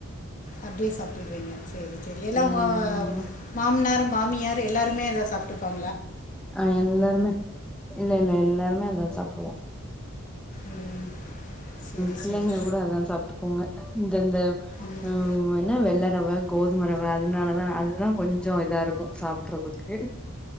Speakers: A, on the left (about 35°); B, in the centre.
A: அப்டியே சாப்டிர்வீங்க சேரி செரி எல்லா
B: ம்
A: உங்க
B: ஆமா
A: மாம்னார் மாமியார் எல்லாருமே அத சாப்டுப்பாங்
B: ஆஹ் எல்லாருமே இல்ல இல்ல எல்லாருமே அதா சாப்டுவோ
A: ம் சரி
B: பிள்ளைங்க
A: சரி
B: கூட அதா சாப்டுக்கூங்க ம் இந்த
A: ம்
B: உம் என்ன வெள்ளரவ கோதுமரவ அதுனாலதா அதுதா கொஞ்சோ இதா இருக்கு சாப்பிடறதுக்கு